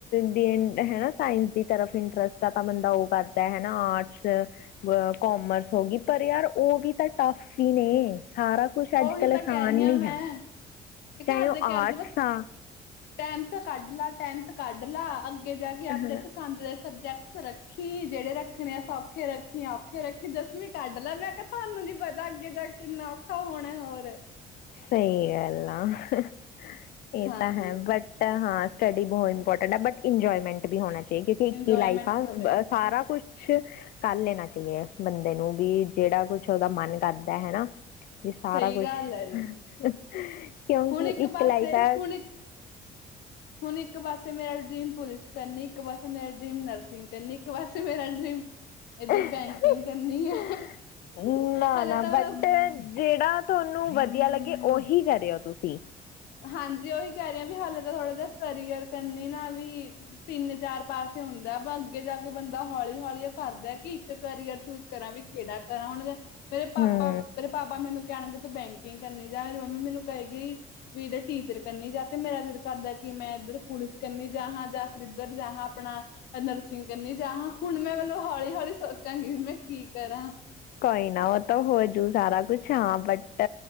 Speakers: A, on the left (about 65°); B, on the left (about 85°).
A: ਦੀ ਹੈਾ ਸਾਇੰਸ ਦੀ ਤਰਫ ਇੰਟਰਸਟ ਆ ਤਾਂ ਬੰਦਾ ਉਹ ਕਰਦਾ ਹਨਾ ਆਰਟਸ ਕੋਾਮਰਸ ਹੋ ਗਈ ਪਰ ਯਾਰ ਉਹ ਵੀ ਤਾਂ ਟਫ ਹੀ ਨੇ ਸਾਰਾ ਕੁਛ ਅੱਜ
B: ਉਹੀ
A: ਕੱਲ੍ਹ
B: ਤਾਂ ਕਹਿ
A: ਆਸਾਨ
B: ਰਹੀ ਹਾਂ
A: ਨੀ
B: ਮੈਂ
A: ਹੈ ਚਾਹੇ
B: ਘਰ
A: ਉਹ
B: ਦੇ ਕਹਿਰਗੇ
A: ਆਰਟਸ
B: ਬਸ
A: ਆ
B: ਟੈਮ ਤਾਂ ਕੱਢ ਲਾ ਪੈਂਨਥ ਕੱਢ ਲਾ ਅੱਗੇ ਅੱਗੇ ਜਾ ਕੇ ਆਪਣੇ
A: ਹਾਂ
B: ਪਸੰਦ ਦੇ ਸਬਜ਼ੀ ਜੈਕਸੁਰੱਖੀ ਜਿਹੜੇ ਰੱਖਣੇ ਆ ਸੌਖੇ ਰੱਖੀ ਔਖੇ ਰੱਖੀ ਦਸਵੀਂ ਕੱਢ ਲੈ ਮੈਂ ਕਿਹਾ ਸਾਨੂੰ ਨੀ ਪਤਾ ਅੱਗੇ ਜਾ ਕਿੰਨਾ ਕ ਹੋੁਣੇ ਹੋਰ।
A: ਸਹੀ ਗੱਲ। ਲਾ ਇਹ
B: ਹਾਂਜੀ
A: ਤਾਂ ਹੈ, ਬਟ ਹਾਂ ਸਟੱਡੀ ਬਹੁਤ ਇੰਪੋਰਟੈਂਟ ਬਟ ਇੰਜੋਏਮੈਂਟ ਵੀ ਹੋਣਾ ਚਾੲ ਦਾ ਇੱਕ
B: ਇੰਜੋਏਮੈਂਟ
A: ਹੀ ਲਾਈਫ ਆ
B: ਹੁੰਦਾ
A: ਸਾਰਾ ਕੁਛ ਕੁਛ ਕਰ ਲੈਣਾ ਚਾਹੀਏ ਬੰਦੇ ਨੂੰ ਵੀ ਜਿਹੜਾ ਕੁਛ ਉਹਦਾ ਮਨ ਕਰਦਾ ਹੈ ਨ। ਵੀ ਸਾਰਾ
B: ਸਹੀ
A: ਕੁਛ
B: ਗੱਲ ਹੈ
A: ਹ-ਹ
B: ਜੀ
A: ਕਿਉਂਕਿ
B: ਹੁਣ
A: ਇੱਕ
B: ਪਾਸੇ
A: ਲਾਈਫ ਹੈ।
B: ਹੁਣ ਹੁਣ ਇੱਕ ਪਾਸੇ ਮੇਰਾ ਡਰੀਮ ਪੁਲਿਸ ਕਰਨੀ, ਇੱਕ ਪਾਸੇ ਮੇਰਾ ਡਰੀਮ ਨਰਸਿੰਗ ਕਰਨੀ, ਇੱਕ ਪਾਸੇ ਮੇਰਾ ਡਰੀਮ ਇੱਧਰ
A: ਅਹ
B: ਬੈਂਕਿੰਗ ਕਰਨੀ ਹੈ
A: -ਹ, ਨਾ-
B: ਹਾਲੇ
A: ਨਾ
B: ਤਾਂ
A: ਬਟ ਜਿਹੜਾ ਤੁਹਾਨੂੰ ਵਦ ਵਧੀਆ ਲੱਗੇ ਉਹੀ ਕਰਿਯੋ ਤੁਸੀਂ।
B: ਹਾਂਜੀ ਉਹੀ ਕਹਿ ਰਹੀ ਹ ਵੀ ਹਾਲੇ ਤਾਂ ਥੋੜਾ ਜਿਹਾ ਕਰੀਅਰ ਕਰਨੀ ਨਾ ਵੀ ਤਿੰਨ-ਚਾਰ ਪਾਸੇ ਹੁੰਦਾ, ਪਰ ਅੱਗੇ ਜਾ ਕੇ ਬੰਦਾ ਹੌਲੀ ਹੌਲੀ ਉਹ ਕਰਦਾ ਕਿ ਇੱਕ ਕਰੀਅਰ ਚੂਜ ਕਰਾਂ ਵੀ ਕਿਹੜਾ ਕਰਾਂ ਹੁਣ ਮੇਰੇ ਪਾਪਾ
A: ਹੂੰ
B: ਮੇਰੇ ਪਾਪਾ ਮੈਨੂੰ ਕਹਿਣਗੇ ਤੂੰ ਬੈਂਕਿੰਗ ਕਰਨੀ ਜਾਂ ਮੇਰੀ ਮੰਮੀ ਮੈਨੂੰ ਕਹੇਗੀ ਵੀਰੇ ਟੀਚਰ ਕਰਨੀ ਜਾ ਤੇ ਮੇਰਾ ਫੇਰ ਕਰਦਾ ਹ ਕਿ ਮੈਂ ਇੱਧਰ ਪੁਲਿਸ ਕਨੀ ਜਾ ਹਾਂ। ਇਧਰ ਜਾ ਹਾਂ ਆਪਣਾ ਨਰਸਿੰਗ ਕਰਨੀ ਜਾ ਹਾਂ ਹੁਣ ਮੈਂ ਮਲਬ। ਹੌਲੀ-ਹੌਲੀ ਸੋਚਾਂਗੀ ਵੀ ਮੈਂ ਕੀ ਕਰਾਂ।
A: ਕੋਈ ਨਾ ਉਹ ਤਾਂ ਹੋਜੂ ਸਾਰਾ ਕੁਛ ਹਾਂ, ਬਟ